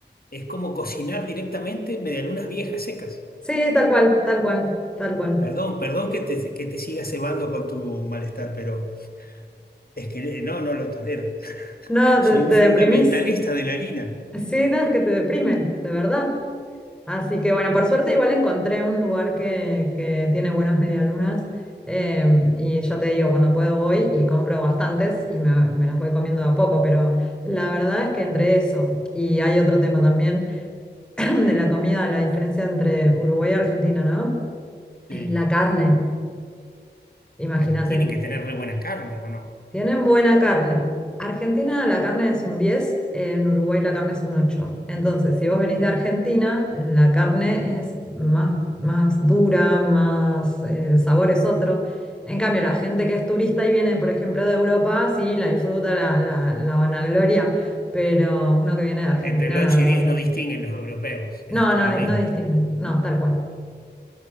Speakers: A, on the left; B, in the centre.
A: Es como cocinar directamente medialunas viejas, secas.
B: Sí, tal cual, tal cual, tal cual.
A: Perdón, perdón que te, que te siga cebando con tu malestar, pero es que no, no lo tolero. <laughs>
B: No,
A: Soy
B: te, te
A: un fundamentalista
B: deprimís.
A: de la harina.
B: Sí, no, es que te deprime, de verdad. Así que bueno, por suerte igual encontré un lugar que, que tiene buenas medialunas, eh, y ya te digo, cuando puedo voy y compro bastantes y me, me las voy comiendo de a poco, pero la verdad es que entre eso, y hay otro tema también <clears throat> de la comida, la diferencia entre Uruguay y Argentina, ¿no?
A: Sí.
B: Eh, La carne, imagínate.
A: Pero tienen que tener re buena carne, ¿o no?
B: Tienen buena carne. Argentina la carne es un diez en Uruguay la carne es un ocho Entonces, si vos venís de Argentina, la carne es más, más dura, más, eh, el sabor es otro. En cambio, la gente que es turista y viene, por ejemplo, de Europa, sí, la disfruta, la, la, la vanagloria, pero uno que viene de Argentina,
A: Entre el 8
B: la verdad
A: y 10
B: que...
A: no distinguen los europeos, es
B: No,
A: todo
B: no,
A: lo mismo.
B: no distinguen, no, tal cual.